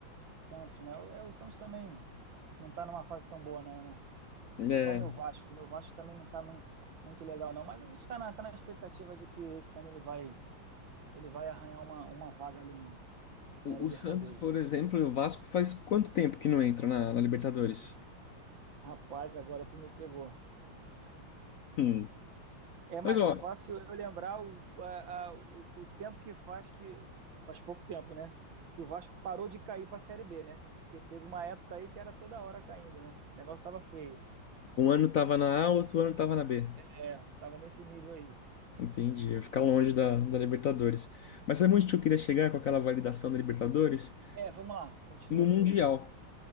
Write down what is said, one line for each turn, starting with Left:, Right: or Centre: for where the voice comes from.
Right: Santos, né? O- É, o Santos também não tá numa fase tão boa, não, né?
Left: É,
Right: Igual meu Vasco. Meu Vasco também não tá mu- muito legal, não. Mas a gente tá na, tá na expectativa de que esse ano ele vai, ele vai arranhar uma, uma vaga ali na,
Left: o,
Right: na Libertadores.
Left: o Santos, por exemplo, e o Vasco faz quanto tempo que não entra na, na Libertadores?
Right: Rapaz, agora tu me pegou.
Left: Hum.
Right: É mais
Left: Mas ó,
Right: fácil eu lembrar o, a- a- o, o tempo que faz que. Faz pouco tempo, né? Que o Vasco parou de cair para a Série B, né? Porque teve uma época aí que era toda hora caindo, né? O negócio tava feio.
Left: um ano tava na A, outro ano tava na B.
Right: É, tava nesse nível aí.
Left: Entendi. Eu ficar longe da, da Libertadores. Mas sabe onde que eu queria chegar com aquela validação da Libertadores?
Right: É, vamos lá, continue
Left: No Mundial.
Right: aí.